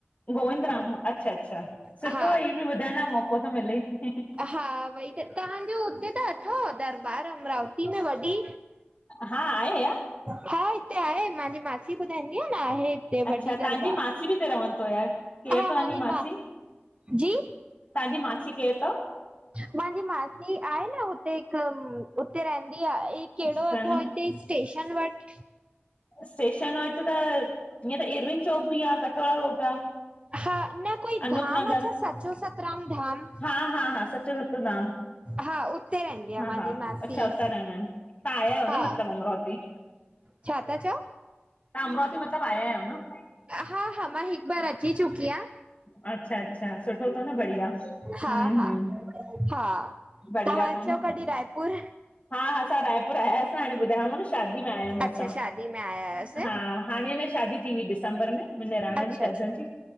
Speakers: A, on the left; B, on the right.
A: गोविंद राम अच्छा-अच्छा सुठो
B: हा
A: आ, इहो बि ॿुधण लाइ मौक़ो थो मिले ई।
B: हा भई त तव्हांजो हुते त अथव दरबार अमरावती में वॾी?
A: हा आहे या
B: हा हिते आहे मुंजी मासी ॿुधाईंदी आ न आहे।
A: अच्छा,
B: वॾी
A: तव्हांजी
B: दरबार।
A: मासी बि हिते रहंदी आहे, केरु
B: हा
A: तव्हांजी
B: मुंहिंजी
A: मासी?
B: जी
A: तव्हांजी मासी केर थव?
B: मांजी मासी आहे न, हुते हिक उते रहंदी आ केड़ो
A: सनेम?
B: अथव इते स्टेशन वट
A: स्टेशन वट त, ईएं त इरविन चौक बि आ, कठोरा रोड आ।
B: हा, न कोई
A: अनूप
B: धाम
A: नगर
B: आ छा? सचो सतराम धाम।
A: हा हा हा, सचो सतनाम।
B: हा उते रहंदी आहे
A: हा
B: मुंहिंजी
A: हा,
B: मासी
A: अच्छा उता रहंदा एन, तां आया आयो
B: हा
A: न मतलब अमरावती?
B: छा ता चओ?
A: तव्हां अमरावती मतिलबु आया आहियो न?
B: हा हा, मां हिक बार अची चुकीआं।
A: अच्छा अच्छा, सुठो तो न बढ़िया। हम्म
B: हा हा,
A: हम्म
B: हा,
A: बढ़िया
B: तहां
A: तव
B: अचो
A: न।
B: कॾी रायपुर।
A: हा हा, असां रायपुर आया, हाणे ॿुधायो मां न शादी में आयायूं
B: अच्छा
A: असां,
B: शादी में आया हुआसीं
A: हा हाणे अञा शादी थी हुई डिसंबर में। मुंजी निराणन
B: अच्छा
A: जी कज़न
B: अच्छा
A: जी,